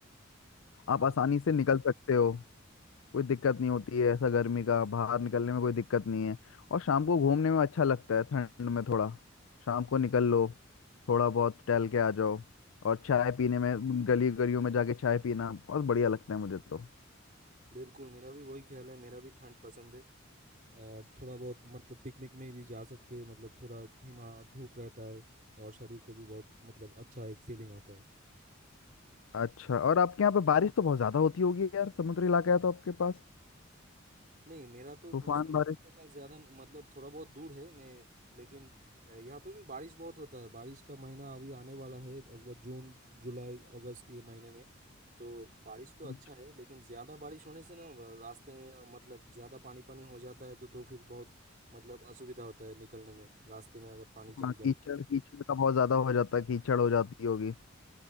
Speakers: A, on the right; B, on the left.
A: हाँ
B: आप आसानी से निकल सकते हो कोई दिक्कत नहीं होती है ऐसा गर्मी का बाहर निकलने में कोई दिक्कत नहीं है और शाम को घूमने में अच्छा लगता है ठंड में थोड़ा शाम को निकल लो थोड़ा बहुत टहल के आ जाओ और चाय पीने में गली गलियों में जाके चाय पीना बहुत बढ़िया लगता है मुझे तो
A: बिल्कुल मेरा भी वही ख्याल है मेरा भी ठंड पसंद है और थोड़ा बहुत मतलब पिकनिक में भी जा सकते हैं मतलब थोड़ा धीमा धूप रहता है और शरीर को भी बहुत मतलब अच्छा एक फीलिंग आता है
B: अच्छा और आपके यहाँ पे बारिश तो बहुत ज्यादा होती होगी यार समुद्री इलाका है तो आपके पास
A: नहीं मेरा तो
B: तूफान
A: वो समुद्र
B: बारिश
A: का ज्यादा न- मतलब थोड़ा बहुत दूर है मैं लेकिन अ, यहाँ पे भी बारिश बहुत होता है बारिश का महीना अभी आने वाला है लगभग जून जुलाई अगस्त ये महीने में तो बारिश तो अच्छा
B: अच्छा,
A: है लेकिन ज्यादा बारिश होने से ना अ, रास्ते में अ, मतलब ज्यादा पानी पानी हो जाता है तो तो फिर बहुत मतलब असुविधा होता है निकलने में रास्ते में अगर पानी
B: हाँ
A: जम
B: कीचड़
A: जाए तो
B: कीचड़ का बहुत ज्यादा हो जाता है कीचड़ हो जाती होगी